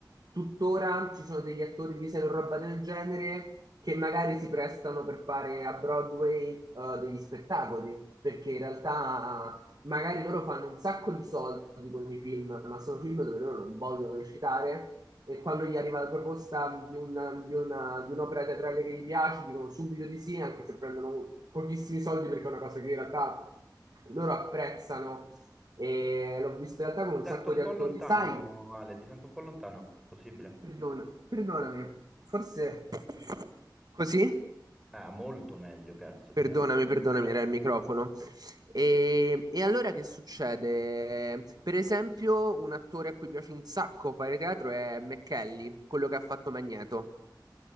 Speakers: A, on the right; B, in the centre.
A: tuttora ci sono degli attori di serie o roba del genere che magari si prestano per fare a Broadway eh, degli spettacoli, perché in realtà magari loro fanno un sacco di soldi con i film, ma sono film dove loro non vogliono recitare e quando gli arriva la proposta di un- di una- di un'opera teatrale che gli piace, dicono subito di sì, anche se prendono pochissimi soldi perché è una cosa che in realtà loro apprezzano e l'ho vista in realtà con
B: ti sento
A: un sacco
B: un
A: di
B: po'
A: attori.
B: lontano,
A: Sai,
B: Ale, ti sento un po' lontano, possibile?
A: perdona, perdonami, forse così?
B: Ah, molto meglio, cazzo,
A: Perdonami,
B: ti sento dentro
A: perdonami,
B: una caverna.
A: era il microfono. E, e allora che succede? Per esempio, un attore a cui piace un sacco fare teatro è McKelly, quello che ha fatto Magneto.